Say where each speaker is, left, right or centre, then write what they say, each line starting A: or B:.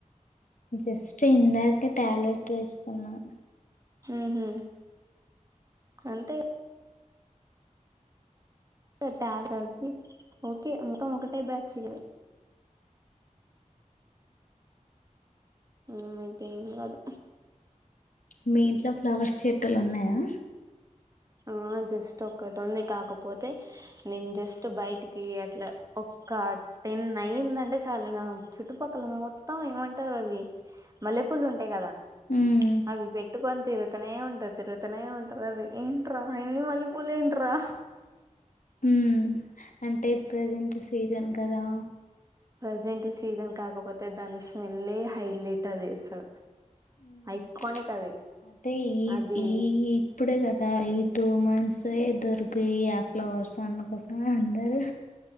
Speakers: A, on the left (about 75°); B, on the right (about 25°).
A: జస్ట్ ఇందాకే టాబ్లెట్ వేసుకున్నా
B: ఊహు అంతే <unintelligible> ఓకే <unintelligible> కా ఒకటే బ్యాచ్చి గదా ఉమ్మ్ అయితే ఏం కాదు
A: మీ ఇంట్లో ఫ్లవర్స్ చెట్టులు ఉన్నాయా
B: ఆ జస్ట్ ఒక్కటి ఉంది కాకపోతే నేను జస్ట్ బయటికి అట్లా ఒక్క టెన్ అయ్యిందటే చాలు నా చుట్టుపక్కల మొత్తం ఏమంటారు అవి మల్లెపూల్లు ఉంటాయి కదా
A: ఉమ్
B: అవి పెట్టుకొని తిరుగుతనే ఉంటారు తిరుగు త్తనే ఉంటరు అది ఏం ట్రా ఇన్ని మల్లెపూలేంట్రా
A: హ్మ్ అంటే ప్రజెంట్ సీజన్ కదా
B: ప్రజెంట్ సీజన్ కాకపోతే దాని స్మెల్ ఏ హైలైట్ అది సో
A: ఉమ్
B: ఐకానిక్ అది
A: అదే ఈ
B: అది
A: ఈ ఇప్పుడే కదా ఈ టూ మన్ సే దొరుకయి ఆ ఫ్లవర్స్ అందుకోసమే అందరు